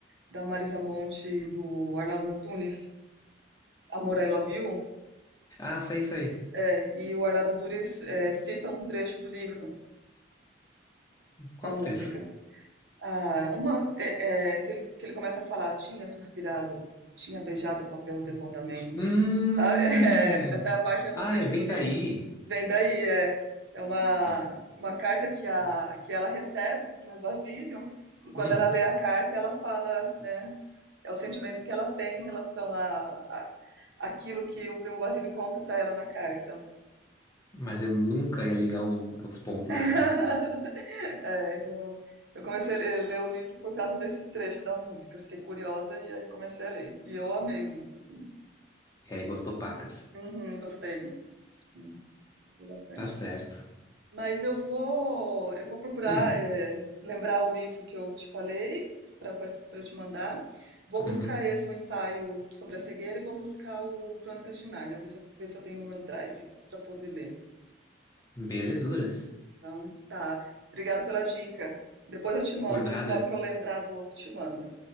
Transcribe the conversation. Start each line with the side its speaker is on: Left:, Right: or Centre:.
Right: da Marisa Monte, e do Arnaldo Antunes, Amor, I Love You.
Left: Ah, sei, sei.
Right: É, e o Arnaldo Antunes é, cita um trecho do livro
Left: Qual
Right: na música.
Left: trecho?
Right: Ah, uma é, é, que ele, que ele começa a falar, tinha suspirado, tinha beijado o papel devotamente,
Left: Hum.
Right: sabe? <laughs> É, essa é a parte, é
Left: Ah,
Right: o trecho
Left: é, vem
Right: do livro.
Left: daí.
Right: Vem daí, é, é uma,
Left: Nossa.
Right: uma carta que, a, que ela recebe do primo Basílio, e quando
Left: Hum.
Right: ela lê a carta, ela fala, né? É o sentimento que ela tem em relação a, a aquilo que o primo Basílio conta para ela na carta.
Left: Mas eu nunca ia ligar o- os pontos
Right: <laughs>
Left: assim.
Right: É, eu, eu comecei a ler, ler o livro por causa desse trecho da música. Eu Fiquei curiosa e aí eu comecei a ler. E eu amei o livro, assim.
Left: E aí, gostou pacas.
Right: Uhum, gostei. Sim, Gostei bastante.
Left: Tá certo.
Right: Mas eu vou, eu vou procurar,
Left: Hum.
Right: é, lembrar o livro que eu te falei para para eu te mandar. Vou buscar
Left: Uhum.
Right: esse, o ensaio sobre a cegueira, e vou buscar o Crônicas de Nárnia, ver se eu, ver se eu tenho no meu drive para poder ler.
Left: Belezuras.
Right: Então, tá. Obrigado pela dica. Depois eu te mando,
Left: Por nada.
Right: na hora que eu lembrar do outro, eu te mando.